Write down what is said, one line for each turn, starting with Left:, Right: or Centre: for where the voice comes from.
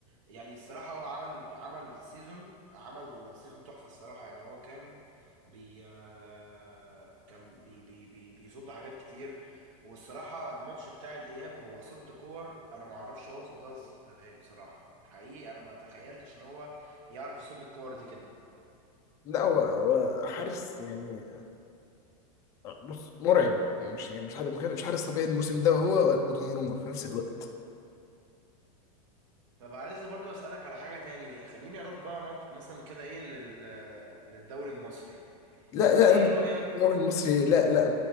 Right: يعني الصراحة هو عمل عمل سيزون عمل سيزون تحفة الصراحة يعني هو كان بي آه، كان بي بي بي بيصد حاجات كتير والصراحة الماتش بتاع الإياب هو صد كور أنا ما اعرفش هو صدها ازاي بصراحة حقيقي أنا ما تخيلتش إن هو يعرف يصد الكور دي كده
Left: لا هو هو حارس يعني بص مرعب مش يعني مش حارس مش حارس طبيعي الموسم ده هو ودوناروما في نفس الوقت
Right: طب عايز برضه أسألك على حاجة تاني خليني أروح بقى مك- مثلا كده إيه لل... للدوري المصري
Left: لا لا
Right: ايه
Left: انا
Right: رأيك
Left: الدوري المصري لا لا